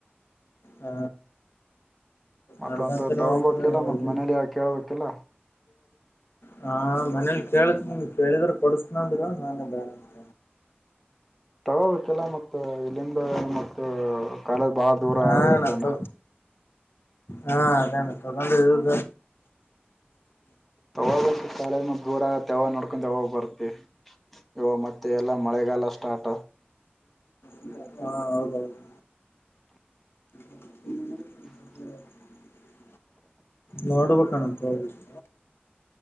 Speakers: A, on the left; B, in the centre.
A: ಹ
B: ಮತ್ತೊಂದು
A: ನಡ್ಕಂತನ
B: ತಗೊಬೇಕಿಲ್ಲ
A: ಹೋಗ್ಬೇಕ
B: ಮತ್ ಮನೇಲಿ ಯಾವ ಕೇಳ್ಬೇಕಿಲ್ಲ
A: ಹಾ ಮನೇಲಿ ಕೇಳಕ್ ಕೇಳಿದ್ರ ಕೊಡಸನ ಅಂದರು ನಾನ ಬೇಡ ಅಂದೆ
B: ತಗೋಬೇಕಿಲ್ಲ ಮತ್ತು ಅಲ್ಲಿಂದ ಮತ್ತ ಕಾಲೇಜಿ ಬಾಳ ದೂರ
A: ಹಾಣ
B: ಆಗತ್ತನಾ
A: ತ ಹಾ ಅದಾನ <unintelligible>
B: ತಗೋಬೇಕು ಕಾಲೇಜ್ <unintelligible> ದೂರ ಆಗುತ್ತೆ ಯಾವಾಗ ನೋಡ್ಕೊಂಡು ಯಾವಾಗ ಬರ್ತ್ತತಿ ಇವಾಗ ಮತ್ತೆ ಮತ್ತೆ ಎಲ್ಲಾ ಮಳೆಗಾಲ ಸ್ಟಾರ್ಟ್
A: ಹ್ಮ ಹಾ ಹೌದೌದು <unintelligible> ನೋಡ್ಬೇಕನ್ನ ತಗೋಬೇಕು